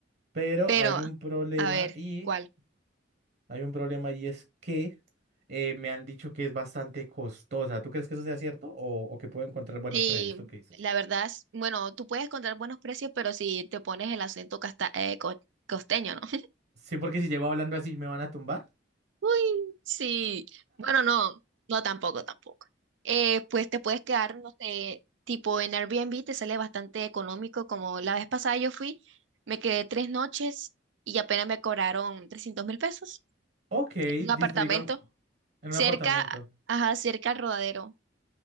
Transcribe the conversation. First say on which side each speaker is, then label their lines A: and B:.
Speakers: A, on the right (about 60°); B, on the right (about 75°).
A: Pero
B: Pero,
A: hay un problema
B: a ver,
A: y.
B: ¿cuál?
A: Hay un problema y es que eh, me han dicho que es bastante costosa. ¿Tú crees que eso sea cierto? ¿O, o que puedo encontrar buenos
B: Sí,
A: precios? ¿Tú qué dices?
B: la verdad, es- bueno, tú puedes encontrar buenos precios, pero si te pones el acento casta- eh, co- costeño, ¿no? <laughs>
A: Sí, porque si llego hablando así, ¿me van a tumbar?
B: Uy, sí. Bueno, no, no tampoco, tampoco. Eh, pues te puedes quedar, no sé, tipo en Airbnb te sale bastante económico, como la vez pasada yo fui, me quedé tres noches y apenas me cobraron trescientos mil pesos
A: Ok,
B: en un apartamento
A: listo, digamos, en
B: cerca,
A: un apartamento.
B: ajá, cerca al rodadero.